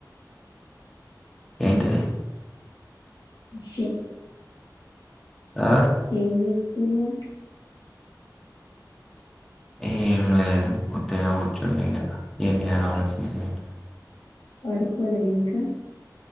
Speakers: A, in the centre; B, on the left.
A: ఏంటి
B: చెే
A: ఆ
B: ఏం చేస్త తునవ్
A: ఏం లేదు ఉత్తిగనే కూర్చున ఇంక ఏం చేయాలి ఆలోచించడి
B: పడుకోలే ఇంకా